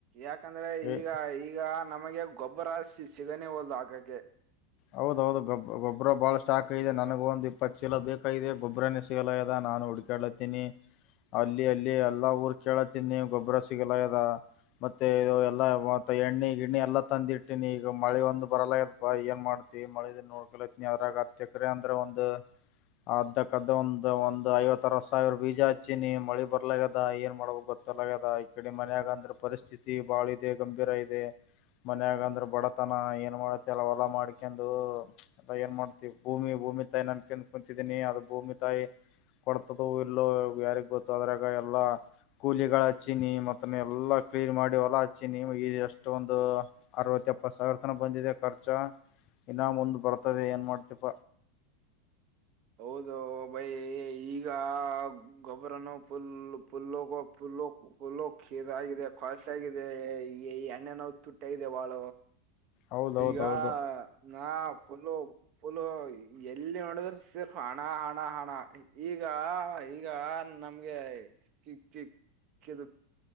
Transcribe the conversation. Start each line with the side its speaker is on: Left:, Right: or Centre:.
Right: ಯಾಕಂದ್ರೆ
Left: ಏ
Right: ಈಗ ಈಗ ನಮಗೆ ಗೊಬ್ಬರ ಸಿ ಸಿಗನೆ ಹೋದದು ಆಕಕ್ಕೆ.
Left: ಹೌದೌದು ಗಬ್ ಗೊಬ್ಬರ ಬಹಳಷ್ಟು. ಾಕ್ದೆ ನನಗ ಒಂದು ಇಪ್ಪತ್ತು ಸಿಲೋ ಬೇಕಾಗಿದೆ ಗೊಬರನೇ ಸಿಗಲ್ಲ ಅದ ನಾನು ಹುಡ್ಕಾತೀನಿ. ಅಲ್ಲಿ ಅಲ್ಲಿ ಎಲ್ಲಾ ಊರ್ ಕೇಳತಿನಿ ಗೊಬ್ಬರ ಸಿಗಲ ಇದ. ಮತ್ತೆ ಇ ಎಲ್ಲ ಮತ್ತ ಎಣ್ಣೆ ಗಿಣ್ಣಿ ಎಲ್ಲಾ ತಂದಿ ಇಟ್ಟೀಿನಿ ಈಗ ಮಳೆ ಒಂದು ಬರಲ ಆತ್ಪ್ಪಾ ಏನ್ ಮಾಡ. ಮಳೆ ನೋಡ್ಕಲೈತ್ನ ಯಾವ್ರಾಗ ಹತಕ್ರ ಅಂದ್ರೆ ಒಂದು. ಅದ್ದಕ್ಕದ ಒಂದ್ ಒಂದ್ ಐವತ್ತರ ಸಾವಿರ ಬೀಜ ಹಚ್ಚಿನಿ ಮಳಿ ಬರ್ಲದ ಏನ್ ಮಾಡ್ಬ ಗೊತ್ತ. ತಲಗದ ಈ ಕಡೆ ಮನೆಯಾಗ ಅಂದ್ರೆ ಪರಿಸ್ಥಿತಿ ಬಾಳ ಇದೆ ಗಂಭೀರ ಇದೆ. ಮನ್ಯಾಗ ಅಂದ್ರ ಬಡತನ ಏನ್ ಮಾಡತ್ತ ಅಲ್ಲ ಅವಲ್ಲಾ ಮಾಡ್ಕ. ಕಂದು ಎ ಏನ್ ಮಾಡ್ತಿವಿ ಭೂಮಿ ಭೂಮಿ ತಾಯಿ ನಂಬಕೆನ್ ಕುಂತಿದೀನಿ ಅದು ಭೂಮಿ ತಾಯಿ. ಕೊಡ್ತದ ಇಲ್ಲೋ ಯಾರಿಗ್ ಗೊತ್ತು ಅದ್ರಾಗ ಎಲ್ಲಾ ಕೂಲಿಗಳ ಚಿನಿ ಮತ್ತ ಎಲ್ಲಾ. ಕ್ಲೀನ್ ಮಾಡಿ ಹೊಲ ಹಚ್ಚಿ ನಿಮಗೆ ಎಷ್ಟೊಂದು ಅರವತ್ತ ಎಪ್ಪತ್ತು ಸಾವಿರ ತನ ಬಂದಿದೆ ಖರ್ಚ. ಇನ್ನಾಮ್ ಒಂದು ಬರ್ತದೆ ಏನ್ ಮಾಡ್ತಪ.
Right: ಹೌದು ಬೈ ಈಗ ಗೊಬ್ಬರನು ಫುಲ್ ಫುಲ್ಲೋಗ ಫುಲ್ಲೋಗ. ುಲ್ಲು ಕಷೀರ್ ಆಗಿದೆ ಕಾಸ್ಟ್ಲಿ ಆಗಿದೆ ಈ ಈ ಎಣ್ಣೆನೋ ತುಟ್ಟ ಇದೆ ಬಾಳ.
Left: ಹೌದೌದೌದು
Right: ಗಾ ನ. ಫುಲ್ಲ ಪಫುಲ್ಲ ಎಲ್ಲಿ ನೋಡಿದ್ರ ಸಿರ್ಫ್ ಹಣ ಹಣ ಹಣ ಈಗ. ಈಗ ನಮ್ಗೆ ಕಿಕ್ ಚಿಕ್ ಕಿದ.